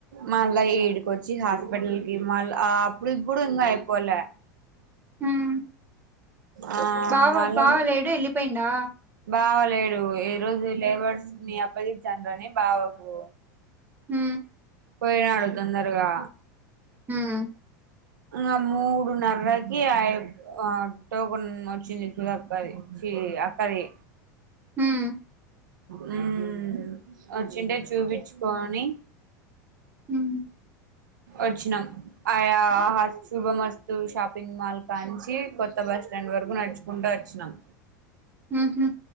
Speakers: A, on the right; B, on the right.
A: మళ్ళా ఇడికొచ్చి హాస్పిటల్ కి మళ్ అప్పడీకి కూడా ఇంకా అయిపోలే
B: హ్మ్
A: ఆ
B: బావ
A: మళ్ళ
B: బావ లేడు ఎళ్ళిపోయిండా
A: బావాల్ లేడు ఏ రోజు లేబర్స్ ని అప్పగించనని బావకు
B: మ్
A: పోయినాడు తొందరగా
B: హ్మ్
A: ఆ మూడున్నరకి ఆ ఆ టోకన్ వచ్చింది సుదక్కది అక్కది
B: హ్మ్
A: మ్ వచ్చుంటే చూపించుకోని
B: హ్మ్
A: వచ్చినాం ఆయా శుభమస్తు షా పింగ్ మాల్ కాంచి కొత్త బస్ స్టాండ్ వరకు నడుచుకుంటూ వచ్చినాం
B: ఊహు